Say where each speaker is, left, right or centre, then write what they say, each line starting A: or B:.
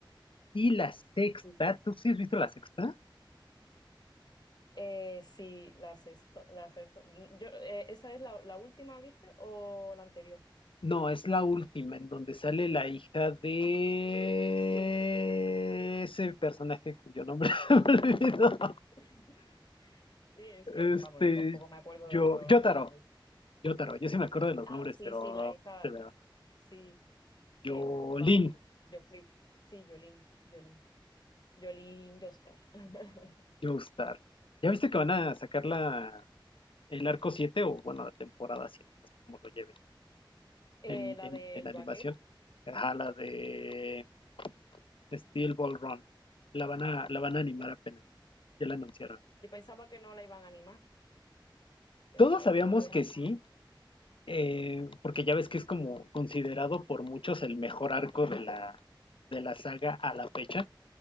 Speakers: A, on the left; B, on the left.
A: Y la sexta,
B: Sí,
A: ¿tú sí has visto la sexta?
B: Eh, sí, la sexta, la sexta- yo, eh, ¿esa es la, la última, dice, o la anterior?
A: No, es la última, en donde sale la hija de
B: Sí.
A: ese personaje cuyo nombre <laughs> se me olvidó.
B: <laughs> Sí, es
A: Este,
B: que, vamos, yo tampoco me acuerdo
A: yo,
B: de todos
A: Yotaro,
B: los nombres.
A: Yotaro, yo sí me acuerdo de los
B: Ah,
A: nombres,
B: sí,
A: pero
B: sí, la hija,
A: se me va.
B: sí,
A: Yolin,
B: que, vamos, yo flip. Sí, Jolín, Jolín, Jolín Jostar. <laughs>
A: Joestar. ¿Ya viste que van a sacar la, el arco 7 o, bueno, la temporada siete No sé cómo lo lleven
B: Eh,
A: en,
B: la
A: en,
B: del
A: en animación.
B: vaquero.
A: Ajá, la de Steel Ball Run. La van a, la van a animar
B: sí.
A: apenas. Ya la anunciaron.
B: Yo pensaba que no la iban a animar, pensaba
A: Todos sabíamos
B: que iban a dejar
A: que sí,
B: más.
A: eh, porque ya ves que es como considerado por muchos el mejor arco de la, de la saga a la fecha.